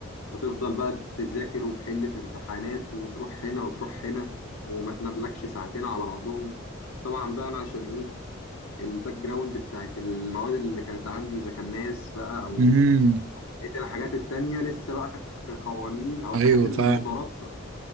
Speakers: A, on the left; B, on the right.
A: وتفضل بقى تذاكر وتحل في امتحانات وتروح هنا وتروح هنا وما تناملكش ساعتين على بعضهم طبعا بقى انا عشان ايه الباك جراوند بتاعت المواد اللي كانت عندي اذا كان ماس بقى او
B: أمم.
A: بقيت الحاجات التانية لسه بقى كقوانين أو
B: ايوه
A: حاجات المترابطة
B: فاهم